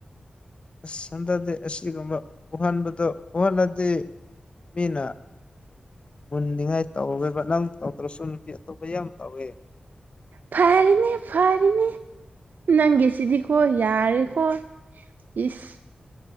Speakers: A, on the left; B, on the right.
A: ꯑꯁ ꯍꯟꯊꯗꯦ ꯑꯁꯤꯒꯨꯝꯕ ꯎꯍꯟꯕꯗꯣ ꯎꯍꯜꯂꯗꯦ ꯃꯤꯅ ꯃꯨꯟꯅꯤꯡꯉꯥꯏ ꯇꯧꯋꯦꯕ ꯅꯪ ꯇꯧꯗ꯭ꯔꯁꯨ ꯅꯨꯄꯤ ꯑꯇꯣꯞꯄ ꯌꯥꯝ ꯇꯧꯋꯦ
B: ꯐꯔꯤꯅꯦ ꯐꯔꯤꯅꯦ ꯅꯪꯒꯤꯁꯤꯗꯤꯀꯣ ꯌꯥꯔꯦꯀꯣ ꯏꯁ